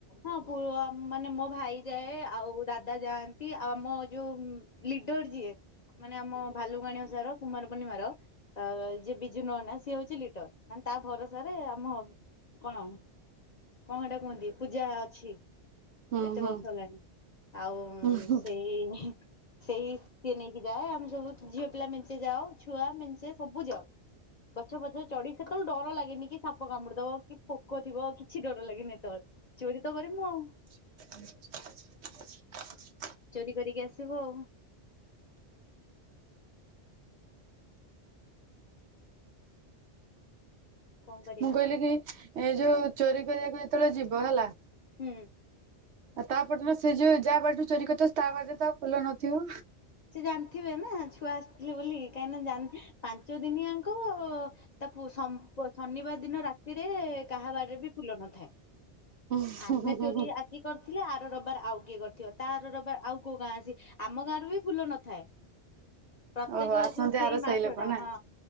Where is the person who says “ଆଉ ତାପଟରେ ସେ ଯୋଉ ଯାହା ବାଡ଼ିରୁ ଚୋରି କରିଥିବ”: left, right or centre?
Right